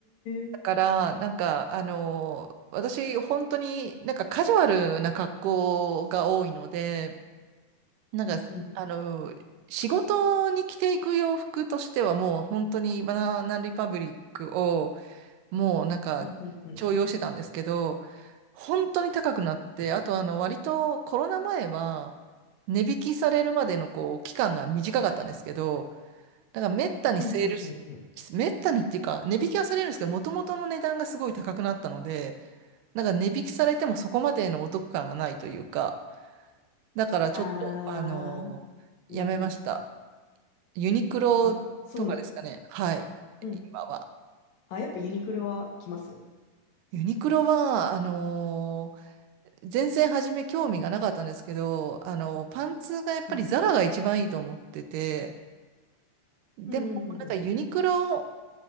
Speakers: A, on the left; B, on the right.
A: え。
B: だから、なんか、あのー私、本当になんかカジュアルな格好が多いので、なんか、
A: うんうん。
B: あのー仕事に着ていく洋服としては、もう本当にバナナリパブリックを、もうなんか
A: うんうんうん
B: 重用してたんですけど、本当に高くなって、
A: うん。
B: あとあの割とコロナ前は値引きされるまでのこう期間が短かったんですけど、だからめったにセールし、
A: うんうんうんうん。
B: めったにっていうか値引きはされるんですけど、もともとの値段がすごい高くなったので、なんか値引きされてもそこまでのお得感がないというか、だからちょっとあのやめました。
A: ああ、なうん。
B: ユニクロとかですかね。
A: あ、そうなんです。
B: はい。
A: うん。
B: 今は。
A: あ、やっぱユニクロは来ます。
B: ユニクロは、あの全然初め興味がなかったんですけど、あの、パンツがやっぱりザラが一番いいと思ってて、
A: うん。
B: でもなんかユニクロ
A: うんうんうん